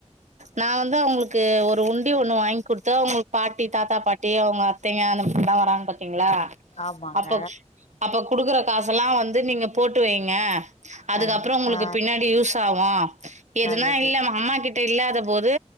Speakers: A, on the right; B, on the left.
A: நான் வந்து அவுங்களுக்கு ஒரு உண் டி ஒண்ணு வாங்கி குடுத்து அவுங்க பாட்டி தாத்தா பாட்டி அவுங்க அத்தைங்க அந்த மாரி லான் வராங்க பாத்தீங்ளா
B: ஆமாங்க
A: அப்ப அப்ப குடுக்கற காசல்லாம் வந்து நீங்க போட்டு வைங்க அதுக்கப்புறம்
B: நன்று
A: உங்களுக்கு
B: ஆ
A: பின்னாடி யூஸ் சாவும் எதுனா
B: நல்லது
A: இல்லாம அம்மா கிட்ட இல்லாத போது